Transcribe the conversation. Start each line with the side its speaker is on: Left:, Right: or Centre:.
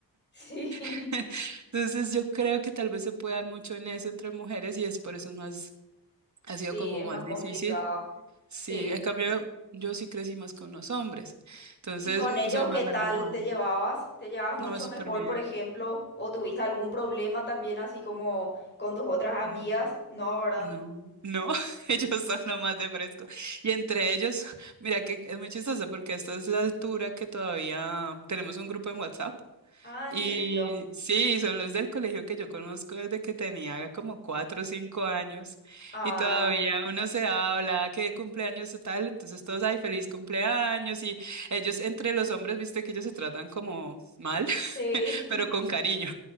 Left: Sí, <laughs>
Right: <laughs> Entonces yo creo que tal vez se puede dar mucho en eso entre mujeres y es por eso es más, ha
Left: sí,
Right: sido como
Left: es
Right: más
Left: más complicado.
Right: difícil. Sí,
Left: Sí.
Right: en cambio yo sí crecí más con los hombres, entonces
Left: ¿Y con
Right: mm,
Left: ellos
Right: soy más
Left: qué tal
Right: relajada.
Left: te llevabas? ¿Te llevabas mucho
Right: No, es súper
Left: mejor,
Right: bien.
Left: por ejemplo? ¿O tuviste algún problema también así como con tus otras amigas?
Right: Mm,
Left: No, ¿verdad?
Right: No, no, <laughs> ellos son lo más de fresco. Y entre ellos, mira que es muy chistoso porque esta es la altura que todavía tenemos un grupo en WhatsApp.
Left: Ah,
Right: Y
Left: ¿en serio?
Right: sí, son los del colegio que yo conozco desde que tenía como cuatro o cinco años
Left: Ah,
Right: y todavía uno se habla que cumpleaños o tal, entonces todos, ay, feliz cumpleaños y ellos entre los hombres, viste que ellos se tratan como mal,
Left: sí.
Right: <laughs> pero
Left: <laughs>
Right: con cariño,